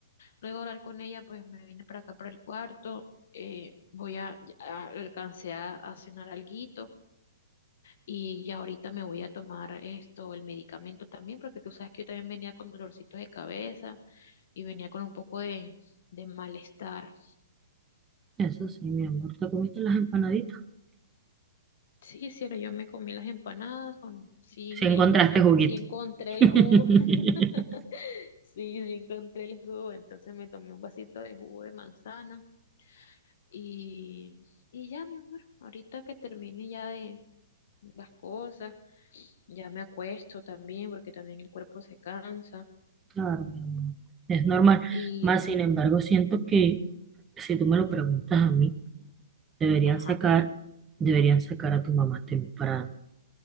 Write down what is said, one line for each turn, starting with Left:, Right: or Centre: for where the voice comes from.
Left: luego de hablar con ella, pues me vine para acá, para el cuarto, eh, voy a, ya alcancé a, a cenar alguito y ya ahorita me voy a tomar esto, el medicamento también, porque tú sabes que yo también venía con dolorcitos de cabeza y venía con un poco de, de malestar.
Right: Eso sí, mi amor, te comiste las empanaditas.
Left: Sí, cielo, yo me comí las empanadas con, sí,
Right: Si encontraste juguito.
Left: sí encontré
Right: <laughs>
Left: el jugo, <laughs> sí, sí encontré el jugo, entonces me tomé un vasito de jugo de manzana y, y ya, mi amor, ahorita que termine ya de las cosas, ya me acuesto también porque también el cuerpo se cansa
Right: Claro, mi amor, es normal.
Left: y,
Right: Más sin embargo, siento que si tú me lo preguntas a mí, deberían
Left: ajá,
Right: sacar,
Left: dime.
Right: deberían sacar a tu mamá temprano